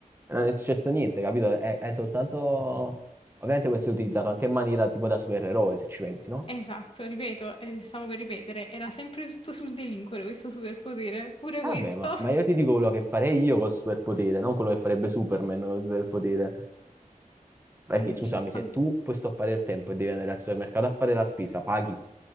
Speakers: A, on the right; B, on the left.
A: Non è successo niente, capito? È, è soltanto... Ovviamente questo è utilizzato anche in maniera tipo da supereroe, se ci pensi, no?
B: Esatto, ripeto, eh, stavo per ripetere, era sempre tutto sul delinquere questo superpotere, pure questo.
A: Eh Vabbè, ma, ma
B: <laughs>
A: io ti dico quello che farei io col superpotere, non quello che farebbe Superman col superpotere. Perché,
B: Eh beh,
A: scusami,
B: ci sta.
A: se tu puoi stoppare il tempo e devi andare al supermercato a fare la spesa, paghi,